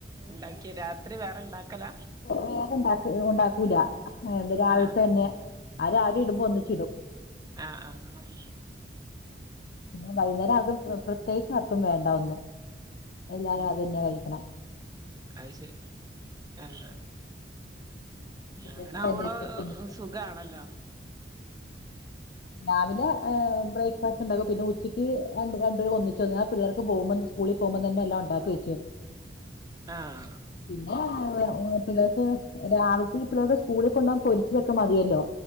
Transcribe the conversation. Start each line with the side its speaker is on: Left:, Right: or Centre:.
Right: ഉണ്ടാക്കിയ രാത്രി വേറെ ഇണ്ടാക്കല?
Left: വേറെണ്ടാക്ക ഉണ്ടാക്കൂല എന്ത രാവിലത്തെന്നെ
Right: ആ
Left: ആഹ് രാവിലെ ഇടുമ്പോ ഒന്നിച്ചിടും.
Right: ആഹ് ആഹ് ആഹ്
Left: പിന്നെ വൈന്നേരം ആർക്കും പ്രത്യേകിച്ച് ആർക്കും വേണ്ട ഒന്നും. എല്ലാരും അതെന്നെ കഴിക്കണം.
Right: അഹ്ശരി ആഹ്
Left: ഉച്ചത്തേക്കും
Right: അങ്ങനെ അവളോ
Left: വൈകുന്നേരത്തേക്കും ഒന്നിച്ച്
Right: സുഖാണല്ലോ
Left: രാവിലെ ഏഹ് ബ്രേക്ക്ഫാസ്റ്റ് ഉണ്ടകും പിന്നെ ഉച്ചയ്ക്ക് രണ്ടു രണ്ടുപേര് ഒന്നിച്ചൊന്നു ആഹ് പിള്ളേർക്ക് പോകുമ്പോന്ന് സ്കൂളി പോകുമ്പതന്നെ എല്ലാം ഉണ്ടാക്കിവെ
Right: ആഹ്
Left: പിന്നെ പിള്ളേർക്ക് രാവി ഈ പിള്ളേർക്ക് സ്കൂളി കൊണ്ടകാൻ പൊരിച്ചതക്കെ മതിയല്ലോ